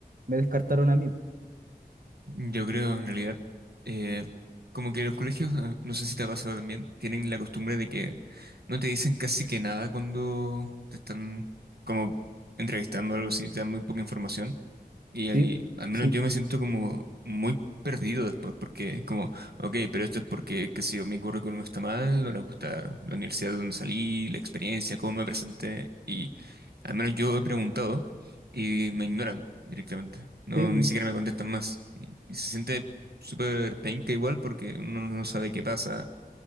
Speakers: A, on the right; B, on the right.
A: me descartaron a mí.
B: Yo creo, en realidad, eh, como que los colegios, eh, no sé si te ha pasado también, tienen la costumbre de que no te dicen casi que nada cuando te están como entrevistando o algo así, te dan muy poca información. Y, ahí,
A: Sí,
B: al menos
A: sí,
B: yo me siento como muy perdido después, porque es como, ok, pero esto es porque, qué sé yo, mi currículum no está mal, no le gusta la universidad de donde salí, la experiencia, cómo me presenté, y al menos yo he preguntado y me ignoran directamente, no,
A: sí.
B: ni siquiera me contestan más, y, y se siente súper penca igual porque uno no sabe qué pasa